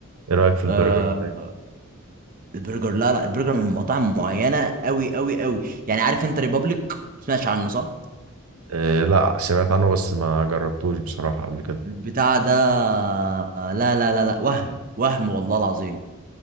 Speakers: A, on the right; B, on the right.
A: ايه رايك في البرجر
B: آه
A: طيب
B: البرجر لا لا البرجر من مطاعم معينه قوي قوي قوي يعني عارف انت ريبابليك سمعتش عنه صح
A: إيه لا سمعت عنه بس ما جربتوش بصراحه قبل كده
B: البتاع ده آه، لا لا لا لا وهم وهم والله العظيم